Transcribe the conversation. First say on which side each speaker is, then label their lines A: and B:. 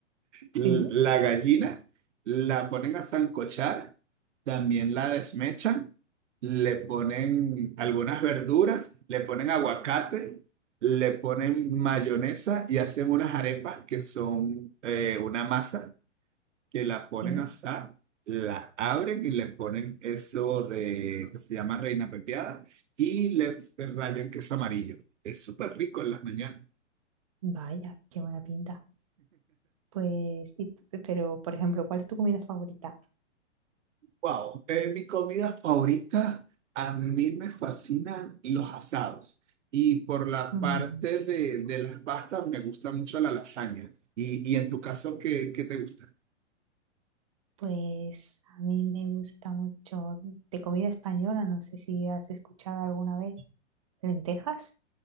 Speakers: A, on the right; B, on the right.
A: la
B: Sí.
A: gallina la ponen a sancochar, también la desmechan, le ponen algunas verduras, le ponen aguacate, le ponen mayonesa y hacen unas arepas que son eh, una masa que la
B: Sí.
A: ponen a asar, la abren y le ponen eso de que se llama reina pepiada y le rayan queso amarillo. Es súper rico en las mañanas.
B: Vaya, qué buena pinta. Pues, y- pero, por ejemplo, ¿cuál es tu comida favorita?
A: Wow, eh, mi comida favorita, a mí me fascinan los asados. Y por la
B: Mm,
A: parte de, de las pastas, me gusta mucho la lasaña. Y, y en tu caso, ¿qué, qué te gusta?
B: Pues a mí me gusta mucho de comida española, no sé si has escuchado alguna vez lentejas,